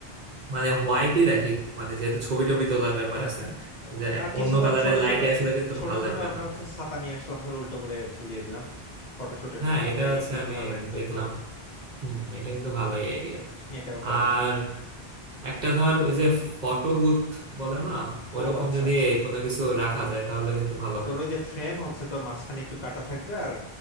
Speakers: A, on the right; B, on the left.
A: মানে হোয়াইটই রাখি মানে যেহেতু ছবি টবি তোলার ব্যাপার
B: হ্যাঁ
A: আছে
B: হ্যাঁ ওইটা
A: যে
B: আর কিছু
A: অন্য
B: ধর
A: কালারের
B: ছোট
A: লাইটে
B: ছোট
A: আসলে কিন্তু
B: ছোট
A: ভালো
B: ছোট
A: লাগবে
B: আমরা
A: না
B: হচ্ছে ছাতা নিয়ে আসলাম ধর উল্টো করে ঝুলিয়ে দিলাম ফটোশুটের
A: হ্যাঁ
B: জন্য একটা
A: এটা হচ্ছে
B: এনভায়রনমেন্ট
A: আমি
B: তৈরি
A: দেখলাম
B: হবে
A: হম এটা কিন্তু ভালোই আইডিয়া
B: এটাও
A: আর
B: করা যায়
A: একটা ধর ওই যে ফটো বুথ বলে না ওরকম
B: ও আচ্ছা
A: যদি
B: আচ্ছা
A: কোনো কিছু রাখা যায় তাহলে কিন্তু ভালো
B: তোর
A: হয়
B: ওই যে ফ্রেম হচ্ছে তোর মাঝখানে একটু কাটা থাকবে আর